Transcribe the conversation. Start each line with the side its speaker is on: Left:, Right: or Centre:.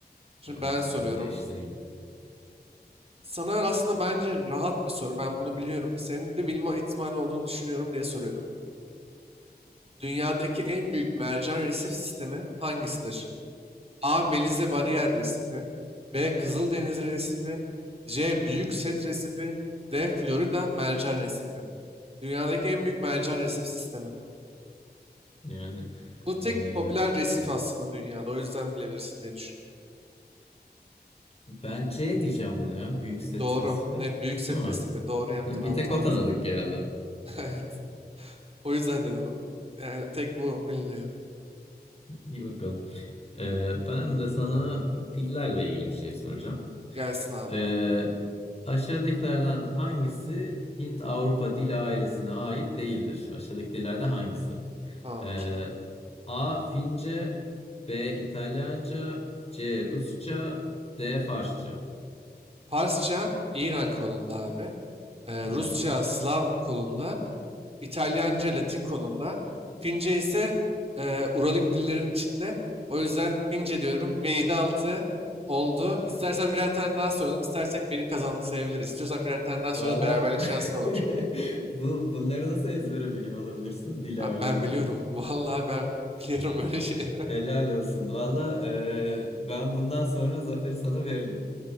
Right: Şimdi
Left: Tamam
Right: ben soruyorum.
Left: onu değiştireyim.
Right: Sana aslında bence rahat bir soru. Ben bunu biliyorum. Senin de bilme ihtimali olduğunu düşünüyorum diye soruyorum. Dünyadaki en büyük mercan resif sistemi hangisidir? A. Belize Bariyer Resifi B. Kızıldeniz Resifi C. Büyük Set Resifi D. Florida Mercan Resifi Dünyadaki en büyük mercan resif sistemi.
Left: Yani
Right: Bu tek
Left: e,
Right: popüler resif aslında dünyada. O yüzden bilebilirsin diye düşündüm.
Left: ben C diyeceğim buna ya. Büyük stresi.
Right: Doğru. Evet, büyük set
Left: Değil mi?
Right: resifi. Doğru yaptın.
Left: Bir
Right: Altı
Left: tek o
Right: altı.
Left: tanıdık geldi.
Right: <laughs> Evet. O yüzden dedim. Yani tek bu biliniyor.
Left: İyi bakalım. E, ben de sana dillerle ilgili bir şey soracağım.
Right: Gelsin abi.
Left: E, aşağıdakilerden hangisi Hint-Avrupa dil ailesine ait değildir? Aşağıdaki dillerde hangisi?
Right: Tamamdır.
Left: Ee, A. Fince B. İtalyanca C. Rusça D. Farsça
Right: Farsça İran kolunda abi. Ee,
Left: hmm.
Right: Rusça Slav kolunda. İtalyanca, Latin kolunda. Fince ise e, Uralik dillerin içinde. O yüzden Fince diyorum ve 7-6 oldu. İstersen birer tane daha soralım. İstersek beni kazandı sayabiliriz. İstiyorsan birer tane daha
Left: Valla
Right: sorarız. Beraberlik
Left: <laughs>
Right: şansın olur.
Left: bu, bunları nasıl ezbere biliyor olabilirsin <laughs> dil
Right: Abi
Left: ayarlarını?
Right: ben biliyorum. <laughs> Vallahi ben biliyorum böyle şeyleri.
Left: Helal
Right: <laughs>
Left: olsun. Valla e, ben bundan sonra zaferi sana veririm.